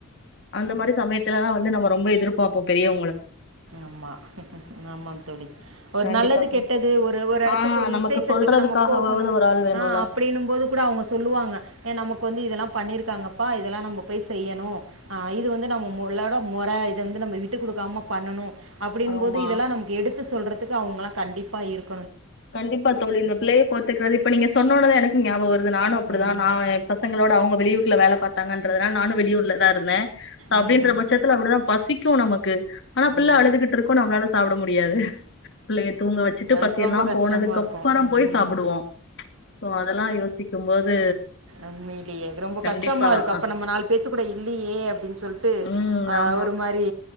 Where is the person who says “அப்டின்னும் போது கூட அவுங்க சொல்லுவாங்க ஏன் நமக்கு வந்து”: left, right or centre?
Right